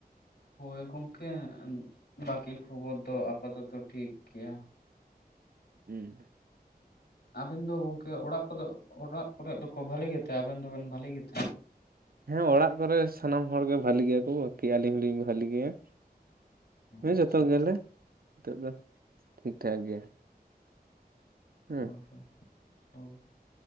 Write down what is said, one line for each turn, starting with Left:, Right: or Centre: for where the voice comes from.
Left: ᱦᱳᱭ ᱜᱚᱢᱠᱮ ᱵᱟᱠᱤ ᱠᱷᱚᱵᱚᱨ ᱫᱚ ᱟᱯᱟᱛᱚᱛᱚ ᱴᱷᱤᱠ ᱜᱮᱭᱟ
Right: ᱦᱮᱸ
Left: ᱟᱵᱮᱱ ᱫᱚ ᱜᱚᱝᱠᱮ ᱚᱲᱟᱜ ᱠᱚᱫᱚ ᱚᱲᱟᱜ ᱠᱚᱨᱮ ᱫᱚᱠᱚ ᱵᱷᱟᱹᱞᱤ ᱜᱮᱛᱮ ᱟᱵᱮᱱ ᱫᱚ ᱵᱮᱱ ᱵᱷᱟᱹᱞᱤ ᱜᱮᱛᱮ
Right: ᱦᱮᱸ ᱚᱲᱟᱜ ᱠᱚᱨᱮ ᱥᱟᱱᱟᱢ ᱦᱚᱲ ᱜᱮ ᱵᱷᱟᱞᱤ ᱜᱮᱭᱟ ᱠᱚ ᱵᱟᱠᱤ ᱟᱹᱞᱤᱧ ᱦᱚᱸ ᱞᱤᱧ ᱵᱷᱟᱹᱞᱤ ᱜᱮᱭᱟ ᱦᱮᱸ
Left: ᱟᱪᱪᱷᱟ
Right: ᱡᱚᱛᱚ
Left: ᱟᱪᱪᱷᱟ
Right: ᱜᱮ ᱟᱞᱮ ᱱᱤᱛᱚᱜ ᱫᱚ ᱴᱷᱤᱠ ᱴᱷᱟᱠ ᱜᱮᱭᱟ ᱦᱮᱸ
Left: ᱦᱳᱭ ᱦᱳᱭ